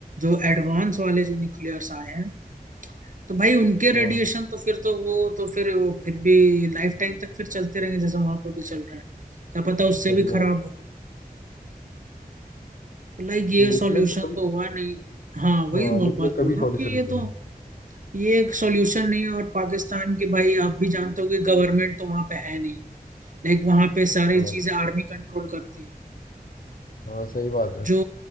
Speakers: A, on the right; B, on the left.
A: जो एडवांस वाले जो न्यूक्लियर्स आए हैं तो भाई उनके रेडिएशन
B: हाँ
A: तो फिर तो वो तो फिर फिर भी लाइफ टाइम तक फिर चलते रहेंगे जैसे वहां पर भी चल रहे हैं क्या पता उससे
B: सही
A: भी
B: बात
A: खराब हो तो लाइक ये
B: न्यूक्लियर
A: सॉल्यूशन
B: तो कभी
A: तो हुआ नहीं हाँ वही
B: हाँ
A: मैं
B: न्यूक्लियर
A: बात
B: कभी
A: बोल रहा
B: सॉल्यूशन
A: हूँ कि
B: नहीं
A: ये तो
B: है
A: ये एक सॉल्यूशन नहीं है और पाकिस्तान के भाई आप भी जानते हो कि गवर्नमेंट तो वहां पे है नहीं लाइक वहां पे सारी
B: हाँ
A: चीजें आर्मी कंट्रोल करती है
B: हाँ सही बात है
A: जो